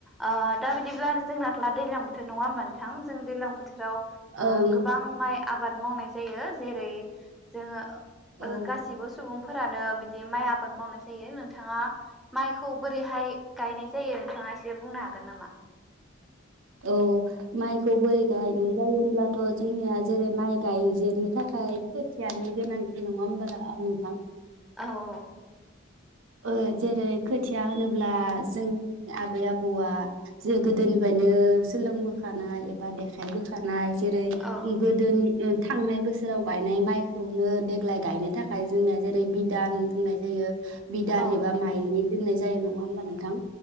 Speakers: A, in the centre; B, on the right.
A: ओ दा बिदिब्ला जोंनाथ दैज्लां बोथोर नङा होनबा नोथां जों दैज्लां बोथोर। बोथोराव ओ
B: औ नों
A: गोबां माइ। आबाद मावनाय जायो जेरै जोङो ओ
B: औ
A: गासिबो सुबुं फोरानो बिदि माइ आबाद मावनाय जायो नोंथाङा माइखौ बोरैहाय गायनाय जायो नोंथाङा एसे बुंनो हागोन नामा?
B: औ माइखौ बोरै गायनाय गायो होनब्लाथ जोंनिया जेरै माइ गायजेननो थाखाय खोथियानो गोनांथि नङा होनब्ला
A: औ औ
B: ओ जेरै खोथिया होनोब्ला जोंनि आबै आबौआ जेरै गोदोनिफ्रायनो सोलोंबोखानाय एबा देखायबोखानाय जरै
A: औ
B: गोदोनि नुथा थांनाय बोसोराव गायनाय माइखौनो देग्लाय गायनो थाखाय जोंनिया जेरै बिदान बुंनाय जायो। बिदान
A: औ
B: एबा माइलि दोननाय जायो जायो नङा होनोबा नोंथां?